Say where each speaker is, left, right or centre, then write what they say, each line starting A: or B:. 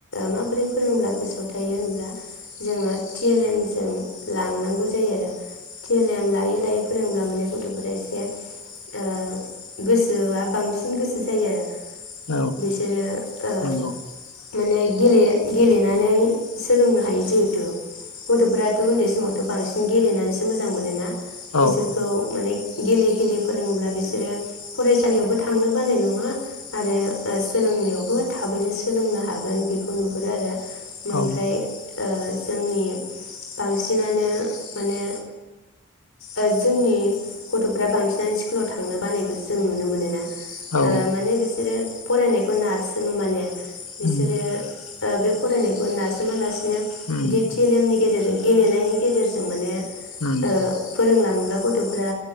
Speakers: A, on the left (about 70°); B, on the left (about 90°).
A: माबोरै फोरोंब्ला गोसोआव थायो होनब्ला जोङो टि एल एम जों लांनांगौ जायो आरो। टि एल एम लायै लायै फोरोंब्ला माने गथ'फोरा एसे ओ गोसोआ बांसिन गोसो जायो आरो।
B: औ
A: बिसोरो ओ
B: नंगौ
A: माने गेले-गेलेनानै सोलोंनो हायो जिहेथु गथ'फोराथ' उन्दै समावथ' बांसिन गेलेनानैसो मोजां मोनोना।
B: औ
A: बिसोरखौ माने गेले गेले फोरोङोब्ला बिसोरो फरायसालियावबो थांनो बानाय नङा आरो ओ सोलोंनायावबो थाबैनो सोलोंनो हागोन बेखौ नुहुरो आरो। मोमफ्राय
B: औ
A: ओ जोंनि बांसिनानो माने ओ जोंनि गथ'फ्रा बांसिनानो स्कुलाव थांनो बानायखौ जों नुनो मोनोना।
B: औ
A: ओ माने बिसोरो फरायनायख खौ नारसोमो माने बिसोरो
B: उम
A: ओ बे फरायनायखौ नारसोमालासिन नो
B: उम
A: बेदि टि एल एम नि गेजेरजों गेलेनायनि गेजेरजों माने ओ
B: उम
A: फोरोंलां ब्ला गथ'फ्रा